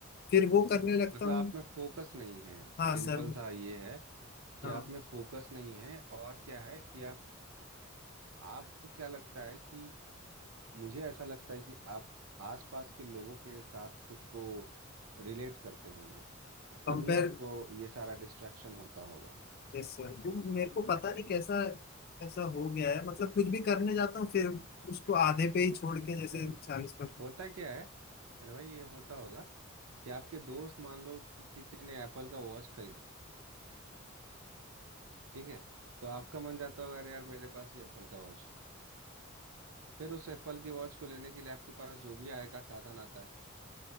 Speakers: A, on the left (about 45°); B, on the right (about 85°).
A: फिर वो करने लगता
B: मतलब
A: हूँ
B: आप में फोकस नहीं है सिंपल
A: हाँ सर
B: सा ये है कि
A: हाँ
B: आप में फोकस नहीं है और क्या है कि आप आपको क्या लगता है कि मुझे ऐसा लगता है कि आप आसपास के लोगों के साथ खुद को रिलेट करते होंगे तभी
A: कंपेयर
B: आपको ये सारा डिस्ट्रैक्शन होता होगा
A: यस सर वो मेरे को पता नहीं कैसा ऐसा हो गया है मतलब कुछ भी करने जाता हूँ फिर उसको आधे पे ही छोड़ के जैसे
B: नहीं
A: चालीस पर
B: होता क्या है अरे भाई ये होता होगा कि आपके दोस्त मान लो कि किसी ने एप्पल का वॉच खरीदा ठीक है तो आपका मन जाता होगा अरे यार मेरे पास भी एप्पल का वॉच फिर उस एप्पल के वॉच को लेने के लिए आपके पास जो भी आय का साधन आता है